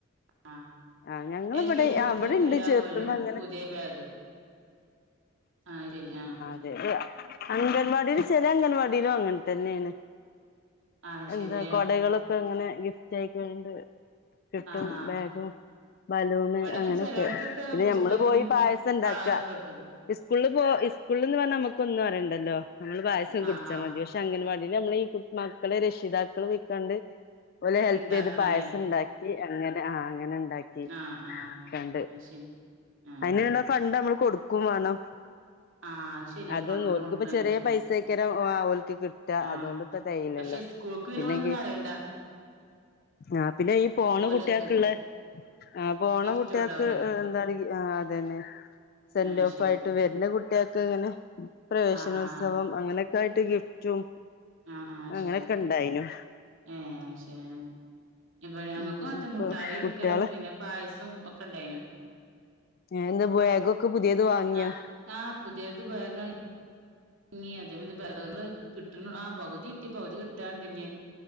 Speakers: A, on the right (about 60°); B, on the left (about 45°).
A: ആഹ്
B: ആഹ് ഞങ്ങളിവിടെ
A: എൽ കെ ജി കുട്ട്യാക്കെല്ലാ
B: ആഹ് ഇവിടെണ്ട് ചേർത്തുമ്പോ
A: കൊല്ലും
B: അങ്ങനെ
A: പുതിയ ബാഗ്. ആയ് ശരി ആഹ്
B: <unintelligible> അംഗൻവാടീല് ചെല അംഗൻവാടിയിലൊങ്ങൻ തന്നേണ്.
A: ആ
B: എന്താ
A: ശരി
B: കൊടകളൊക്കെങ്ങനെ ഗിഫ്റ്റായിക്കണ്ട് കിട്ടും
A: ആ ആ
B: ബാഗും. ബലൂണ്
A: ഇവിടെക്കെ
B: അങ്ങനൊക്കെ
A: ചിലയിടത്തൊക്കെ
B: പിന്നെ
A: പുസ്തകവും
B: ഞമ്മള് പോയി പായസം ഇണ്ടാക്കാ
A: കളറൊക്കെ കിട്ടും
B: ഇസ്കൂള്പോ ഇസ്‌ക്കൂള്ന്ന് പറഞ്ഞാ നമുക്കൊന്നറിയണ്ടല്ലോ നമ്മള് പായസം കുടിച്ചാ
A: ആ ആ
B: മതി പക്ഷ് ട്ടങ്ങനവാടില് നമ്മളീ കു മക്കളെ രക്ഷിതാക്കള് പൊയിക്കാണ്ട് ഓലെ ഹെൽപെയ്ത്
A: ഇണ്ടാക്കണല്ലേ
B: പായസണ്ടാക്കി അങ്ങനെ ആഹ് അങ്ങനെ ഇണ്ടാക്കി. ക്കി
A: ആ ആ
B: കാണ്ട്
A: അത് ശരി ആഹ്
B: അയ്നിളെ ഫണ്ടമ്മള് കൊടുക്കും വേണം.
A: ആഹ് അത് ശരിയാ
B: അതൊന്ന്
A: ഫണ്ടും
B: ഓല്ക്കിപ്പോ
A: കൊടുക്കണല്ലേ
B: ചെറ്യ
A: ഉം.
B: പൈസെ ഇക്കരം ഒ ആഹ് ഓല്ക്ക് കിട്ടാ
A: ആഹ്
B: അതോണ്ട്പ്പ തെയീലല്ലോ
A: പക്ഷെ സ്കൂൾക്ക് പിന്നെ
B: പിന്നെങ്കി
A: നമ്മളൊന്നും അറിയണ്ട
B: ആഹ് പിന്നെ ഈ പോന്ന
A: ഓലക്ക്
B: കുട്ടിയാക്ക്ള്ളെ. ആഹ് പോണ
A: ഗിഫ്റ്റും
B: കുട്ട്യാക്ക്
A: ഉണ്ടാവൂലേ
B: ഏഹ് എന്താണ് ആഹ് അതെന്നെ സെൻ്റോഫായിട്ടും
A: അത് ശരി
B: വരുന്ന കു ട്ടിയാക്ക്ങ്ങനെ പ്രവേശനോത്സവം
A: ആഹ് ആഹ് ആഹ്
B: അങ്ങനെയൊക്കായിട്ട് ഗിഫ്റ്റും.
A: ആഹ് ആഹ്
B: അങ്ങനെയൊക്കെ
A: ശരി
B: ഉണ്ടായിനു
A: ഏഹ് ശെ ആഹ് ഇബ ഞങ്ങക്കുഅത്തെ
B: ഉം ഇപ്പൊ
A: മുട്ടായൊടുക്കലും
B: കുട്ടികള്
A: പിന്നെ പായസം ഒക്കെ ഇണ്ടായിനു.
B: ഞാനിന്ന് പൊയേ ബാഗൊക്കെ പുതിയത് വാങ്ങിയാ
A: ആഹ് ആഹ് പുതിയത് ബാഗാ ങ്ങി അതേ മാതി ബേഗ്ങ്ങ്ള് കിട്ടുണ് ആഹ് പകുതി കിട്ടി പകുതി കിട്ടാണ്ട് ഇഞ്ഞ്